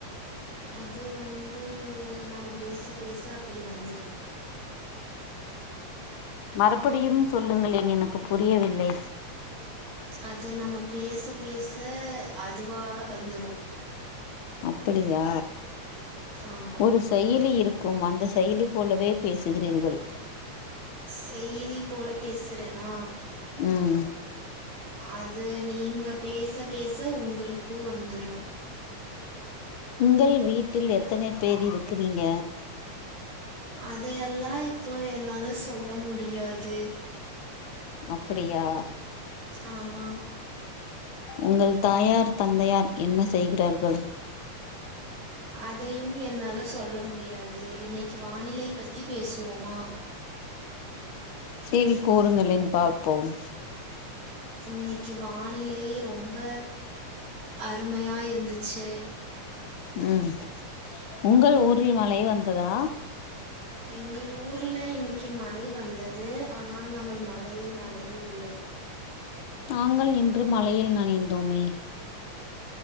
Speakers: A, on the right; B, on the left.
A: அது வந்து நாம பேச பேச அப்டி வந்துரு
B: மறுபடியும் சொல்லுங்களேன் எனக்கு புரியவில்லை
A: அது நம்ம பேச பேச அதுவா வந்துரு
B: அப்டியா
A: ஆமா
B: ஒரு செயலி இருக்கும் அந்த செயலி போலவே பேசுகிறீர்கள்
A: செயிலி போல பேசுறேனா
B: ம்
A: அது நீங்க பேச பேச உங்களுக்கு வந்துரு
B: உங்கள் வீட்டில் எத்தனை பேர் இருக்கிறீங்க
A: அதையெல்லா இப்போ என்னால சொல்ல முடியாது
B: அப்டியா
A: ஆமா
B: உங்கள் தாயார் தந்தையார் என்ன செய்கிறார்கள்
A: அதையும் என்னால சொல்ல முடியாது இன்னைக்கு வானிலை பத்தி பேசுவோமா
B: சேரி கூறுங்களேன்னு பார்ப்போம்
A: இன்னைக்கு வானிலை ரொம்ப அருமையா இருந்துச்சு
B: ம் உங்கள் ஊரில் மழை வந்ததா
A: எங்கள் ஊர்ல இன்னைக்கு மழை வந்தது ஆனால் நாங்கள் மழையில் நனையவில்லை
B: நாங்கள் இன்று மலையில் நனைந்தோமே